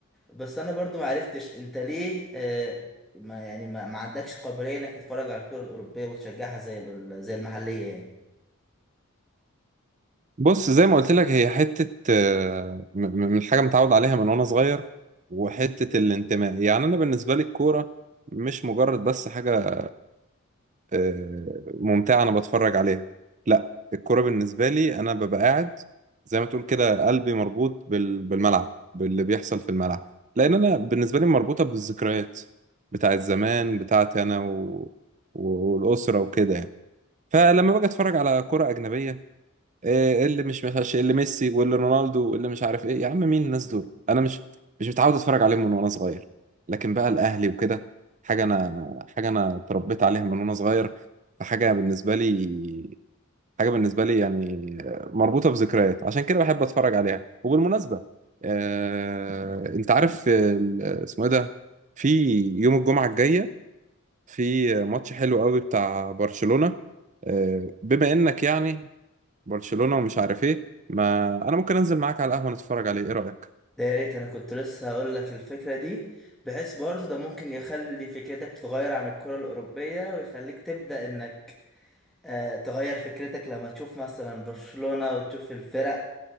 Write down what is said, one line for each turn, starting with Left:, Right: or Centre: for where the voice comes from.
Centre: بس انا برضو ما عرفتش انت ليه آه ما يعني ما, ما عندكش قابليه انك تتفرج على الكره الاوروبيه وتشجعها زي ال- زي المحليه يعني
Right: بص زي ما قلت لك هي حتة آه، م- م- من حاجة متعود عليها من وانا صغير وحتة الانتماء يعني انا بالنسبة لي الكورة مش مجرد بس حاجة آه، ممتعة أنا بتفرج عليها لا الكرة بالنسبة لي أنا ببقى قاعد زي ما تقول كده قلبي مربوط بال- بالملعب باللي بيحصل في الملعب لأن أنا بالنسبة لي مربوطة بالذكريات بتاع الزمان بتاعتي أنا و... والأسرة وكده يعني فلما باجي أتفرج على كرة أجنبية إيه اللي مش مش اللي ميسي واللي رونالدو واللي مش عارف ايه يا عم مين الناس دول انا مش مش متعود اتفرج عليهم من وانا صغير لكن بقى الاهلي وكده حاجه انا حاجه انا اتربيت عليها من وانا صغير فحاجه بالنسبه لي حاجه بالنسبه لي يعني مربوطه بذكريات عشان كده بحب اتفرج عليها وبالمناسبه آه، انت عارف ال- اسمه ايه ده في يوم الجمعه الجايه في ماتش حلو قوي بتاع برشلونه آه، بما انك يعني برشلونة ومش عارف ايه ما انا ممكن انزل معاك على القهوة نتفرج عليه ايه رأيك
Centre: ده يا ريت انا كنت لسه هقول لك الفكره دي بحيث برضو ده ممكن يخلي فكرتك تتغير عن الكره الاوروبيه ويخليك تبدا انك آه، تغير فكرتك لما تشوف مثلا برشلونة وتشوف الفرق